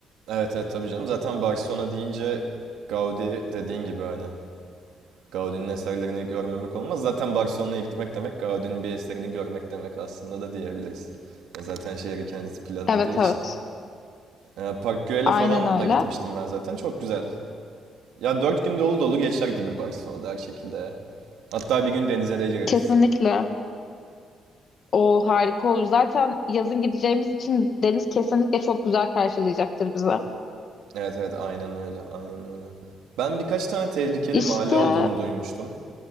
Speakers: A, on the right; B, on the left.
A: Evet evet tabii canım. Zaten Barcelona deyince Gaudi dediğin gibi hani. Gaudi'nin eserlerini görmemek olmaz. Zaten Barcelona'ya gitmek demek Gaudi'nin bir eserini görmek demek aslında da diyebiliriz. Ya zaten şehri kendisi planladığı
B: Evet
A: için.
B: evet
A: Ee, Park Güell'e
B: aynen
A: falan
B: öyle.
A: da gitmiştim ben zaten. Çok güzel. Ya dört gün dolu dolu geçer gibi Barcelona'da her şekilde ya. Hatta bir gün denize de gireriz.
B: Kesinlikle. O harika olur. Zaten yazın gideceğimiz için Deniz kesinlikle çok güzel karşılayacaktır bize.
A: Evet evet aynen öyle aynen öyle. Ben birkaç tane tehlikeli
B: İşte
A: mahalle olduğunu duymuştum.